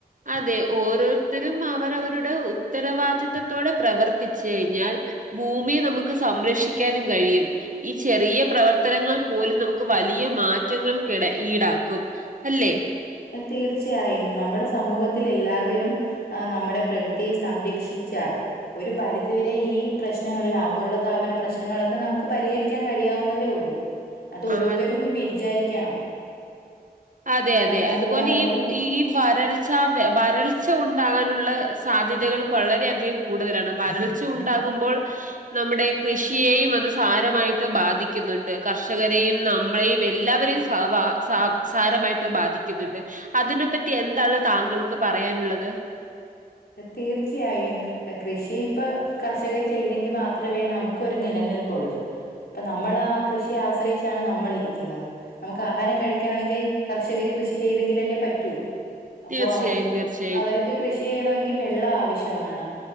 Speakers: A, on the right (about 50°); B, on the left (about 75°).
A: അതെ ഓരോരുത്തരും അവരവരുടെ ഉത്തരവാദിത്തത്തോടെ പ്രവർത്തിച്ചു കഴിഞ്ഞാൽ ഭൂമിയെ നമുക്ക് സംരക്ഷിക്കാനും കഴിയും ഈ ചെറിയ പ്രവർത്തനങ്ങൾ പോലും നമുക്ക് വലിയ മാറ്റങ്ങൾക്കിട ഈട ആക്കും അല്ലേ
B: തീർച്ചയായും. നമ്മുടെ സമൂഹത്തിൽ എല്ലാവരും ആഹ നമ്മുടെ പ്രകൃതിയെ സംരക്ഷിച്ചാൽ ഒരു പരിധിവരെ ഈ പ്രശ്നങ്ങൾ, ഈ ആഗോളതാപന പ്രശ്നങ്ങളൊക്കെ നമുക്ക് പരിഹരിക്കാൻ കഴിയാവുന്നതേ ഉള്ളൂ അത് ഓരോരുത്തരും
A: ആ
B: വിചാരിക്കണം
A: അതെ അതെ
B: ആഹ് താങ്കൾ
A: അതുപോലെ
B: പറഞ്ഞോളൂ
A: ഈ ഈ വരൽ വരൾച്ച ഉണ്ടാകാനുള്ള സാധ്യതകൾ വളരെയധികം കൂടുതലാണ്. വരൾച്ച ഉണ്ടാകുമ്പോൾ നമ്മുടെ കൃഷിയേയും അത് സാരമായിട്ട് ബാധിക്കുന്നുണ്ട്. കർഷകരെയും നമ്മളെയും എല്ലാവരെയും സാബ സാ സാരമായിട്ട് ബാധിക്കുന്നുണ്ട്. അതിനെപ്പറ്റി എന്താണ് താങ്കൾക്ക് പറയാനുള്ളത്
B: തീർച്ചയായും കൃഷി ഇപ്പം കർഷകർ ചെയ്തെങ്കിൽ മാത്രമേ നമുക്ക് ഒരു നിലനിൽപ്പുള്ളൂ. അപ്പം നമ്മൾ ആഹ കൃഷിയെ ആശ്രയിച്ചാണ് നമ്മളിരിക്കുന്നത് നമുക്ക് ആഹാരം കഴിക്കണമെങ്കിൽ കർഷകര് കൃഷി ചെയ്തെങ്കിലല്ലേ പറ്റൂ അപ്പൊ
A: തീർച്ചയായും
B: അവർക്ക്,
A: തീർച്ചയായും
B: അവർക്ക് കൃഷി ചെയ്യണമെങ്കിൽ വെള്ളം ആവശ്യമാണ്